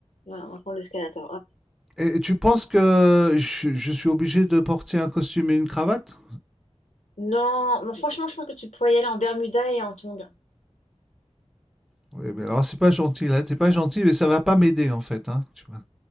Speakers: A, on the left (about 80°); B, in the centre.
A: voilà, on va prendre l'escalator, hop.
B: Et tu penses que je je suis obligé de porter un costume et une cravate?
A: Non, mais franchement, je pense que tu pourrais y aller en Bermuda et en tongs.
B: Oui, mais alors c'est pas gentil, là, t'es pas gentil, mais ça va pas m'aider en fait, hein, tu vois.